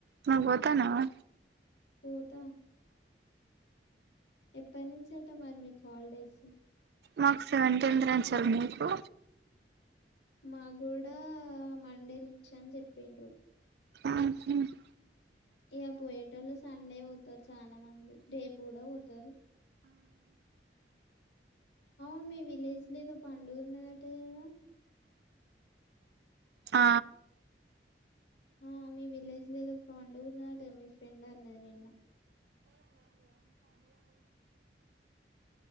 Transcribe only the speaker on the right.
ను పోతానవా
మాకు సెవెంటీన్త్ నుంచే మీకు
ఉహు
ఆ